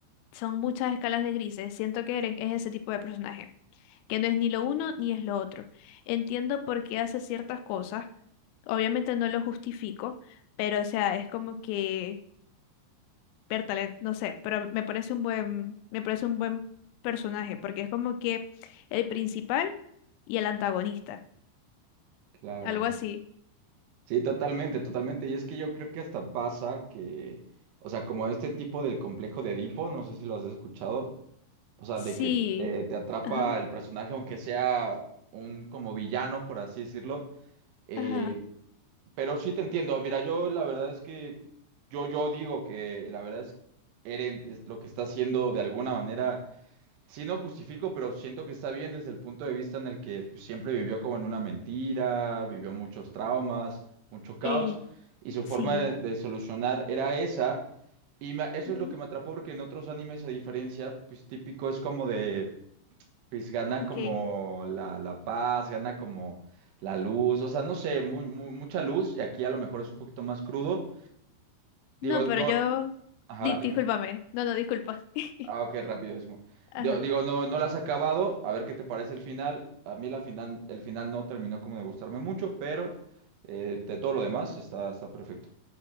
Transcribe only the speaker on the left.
son muchas escalas de grises. Siento que Eren es ese tipo de personaje que no es ni lo uno ni es lo otro. Entiendo por qué hace ciertas cosas, obviamente no lo justifico, pero o sea, es como que, Bertale, no sé, pero me parece un buen, me parece un buen personaje, porque es como que el principal y el antagonista,
algo así.
Sí,
ajá,
ajá,
eh,
sí,
mm,
ok.
No,
pero yo,
di- discúlpame,
no, no, disculpa. <laughs>
Ajá.